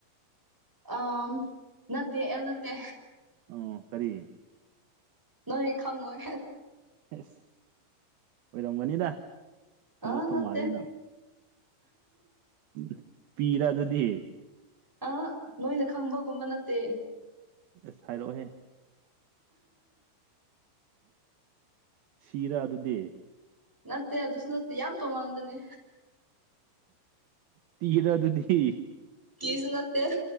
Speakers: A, in the centre; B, on the right (about 70°).
A: ꯑ ꯅꯠꯇꯦ ꯅꯠꯇꯦ
B: ꯑꯣ ꯀꯔꯤ
A: ꯅꯣꯏ ꯈꯪꯉꯣꯏ
B: ꯌꯦꯁ ꯑꯣꯏꯔꯝꯒꯅꯤꯗ
A: ꯑ
B: ꯂꯣꯠꯇꯧ
A: ꯅꯠꯇꯦ
B: ꯃꯥꯜꯂꯦ ꯅꯪ ꯎ ꯄꯤꯔ ꯑꯗꯨꯗꯤ
A: ꯑ ꯅꯣꯏꯅ ꯈꯪꯕꯒꯨꯝꯕ ꯅꯠꯇꯦ
B: ꯑꯁ ꯍꯥꯏꯔꯛꯑꯣꯍꯦ ꯁꯤꯔꯥ ꯑꯗꯨꯗꯤ
A: ꯅꯠꯇꯦ ꯑꯗꯨꯁꯨ ꯅꯠꯇꯦ ꯌꯥꯝ ꯇꯣꯉꯥꯟꯗꯅꯦ
B: ꯇꯤꯔ ꯑꯗꯨꯗꯤ
A: ꯀꯤꯁꯨ ꯅꯠꯇꯦ